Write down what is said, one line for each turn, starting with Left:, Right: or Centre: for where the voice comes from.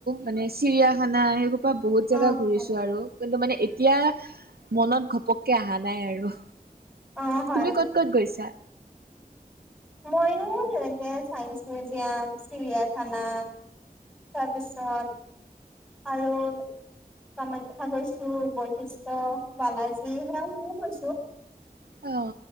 Right: মানে চিৰিয়াখানা সেই বহুত জেগা
Centre: অ
Right: ঘূৰিছো
Centre: অ
Right: আৰু কিন্তু মানে এতিয়া মনত ঘপক -কে অহা নাই আৰু
Centre: অ হয়
Right: তুমি ক'ত ক'ত গৈছা
Centre: ময়ো তেনেকে চাইন্স মিউজিয়াম চিৰিয়াখানা তাৰপিছত আৰু কামাখ্যা গৈছো বশিষ্ঠ বালাজী সেয়া ময়ো গৈছো
Right: অ